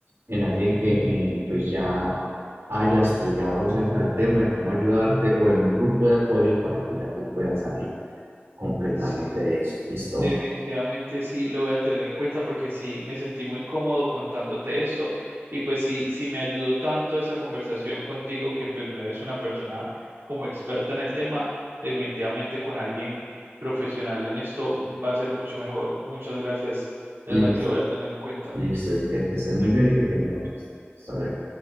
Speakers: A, on the right; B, on the right.
A: en alguien que eh, pues ya haya estudiado acerca del tema de cómo ayudarte o en un grupo de apoyos para que ya tú puedas salir completamente
B: Sí,
A: de eso. ¿Listo?
B: definitivamente sí lo voy a tener en cuenta porque sí me sentí muy cómodo contándote esto y pues sí, sí me ayudó tanto esa conversación contigo que pues no eres una persona como experta en el tema, definitivamente con alguien profesional en esto va a ser mucho mejor. Muchas gracias. De
A: Listo.
B: verdad que lo voy a tener en cuenta.
A: Listo. Y que, que estés muy bien y que te mejores. Hasta luego.